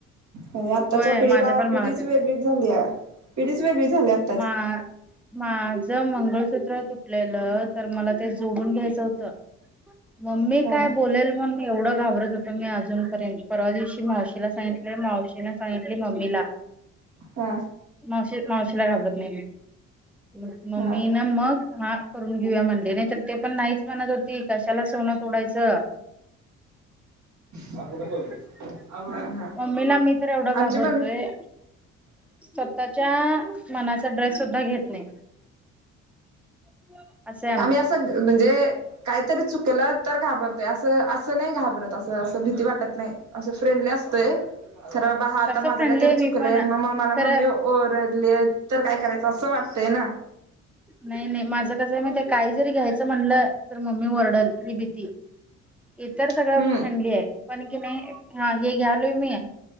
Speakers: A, on the right; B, in the centre.
A: आणि आत्ताच्या
B: होय
A: पिढीला
B: माझ्या पण मनात
A: पिढीच
B: येतय
A: वेगळीच झालीया पिढीच वेगळी झाल्यांत.
B: हां. माझ मंगळसूत्र तुटलेलं तर मला ते जोडून घ्यायचं होतं. मम्मी
A: ह
B: काय बोलेल मगमी एवढं घाबरत होतं मी अजूनपर्यंत परवा दिवशी मावशी ला सांगितले मावशीने सांगितले मम्मीला.
A: हा.
B: मावशी मावशीला घाबरत नाही म मम्मी
A: ह
B: ना मग हा करून घेऊया म्हणली नाही तर ते पण नाहीच म्हणत होती कशाला सोनं तोडायचं.
A: हा
B: <inaudible>
A: हा
B: मम्मीला मी तर एवढं
A: आमची
B: घाबरतोय
A: पण
B: स्वतःच्या मनाचा ड्रेस सुद्धा घेत नाही. <inaudible> असं हाय आमचं
A: आम्ही असं म्हणजे काहीतरी चुकलं तर घाबरतोय असं असं नाही घाबरत अस असं भीती वाटत नाही असं फ्रेंडली असतोय. खरं बा हा
B: तसं
A: माझं
B: फ्रेंडली
A: काय तरी
B: आहे
A: चुकलंय
B: मी पण
A: आणि मग मला मम्मी
B: खरं
A: ओ ओरडलेत तर काय करायचं असं वाटतंय ना.
B: नाही नाही माझं कसं हाय माहित हाय काही जरी घ्यायचं म्हटलं तर मम्मी ओरडल ही भीती इतर सगळं
A: हम्म
B: फ्रेंडली हाय. पण की नाही हा हे घ्यालोय मी